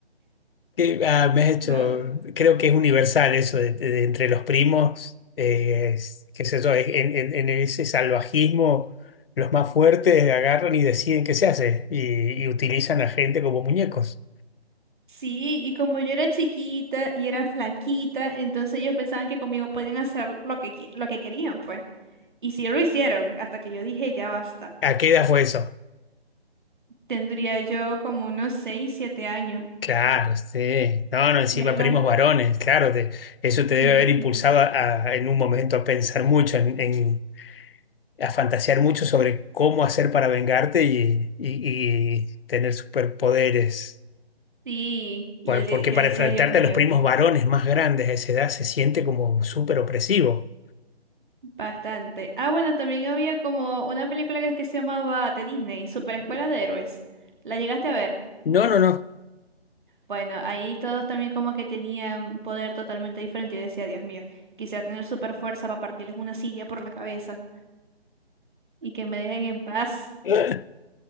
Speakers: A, on the left (about 60°); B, on the right (about 50°).
A: Que, ah, me has hecho,
B: ¿no?
A: creo que es universal eso de, de de entre los primos, eh, es- qué sé yo, en, en- en ese salvajismo, los más fuertes agarran y deciden qué se hace y, y utilizan a gente como muñecos.
B: Sí, y como yo era chiquita y era flaquita, entonces ellos pensaban que conmigo podían hacer lo que, qui- lo que querían, pues. Y sí lo hicieron, hasta que yo dije, ya basta.
A: ¿A qué edad fue eso?
B: Tendría yo como unos seis, siete años.
A: Claro, sí. No, no, encima
B: Ya lo.
A: primos varones, claro, te- eso te debe
B: Sí,
A: haber impulsado a, a- en un momento a pensar mucho, en, en- a fantasear mucho sobre cómo hacer para vengarte y, y- y tener superpoderes.
B: sí. Y
A: Por-
B: yo, de-
A: porque
B: yo
A: para
B: decía,
A: enfrentarte
B: Dios mío,
A: a los primos varones más grandes a esa edad se siente como súper opresivo.
B: bastante. Ah, bueno, también había como una película que, que se llamaba de Disney, Super Escuela de Héroes. ¿La llegaste a ver?
A: No, no, no.
B: Bueno, ahí todos también como que tenían un poder totalmente diferente. Yo decía, Dios mío, quisiera tener super fuerza para partirles una silla por la cabeza y que me dejen en paz
A: <laughs>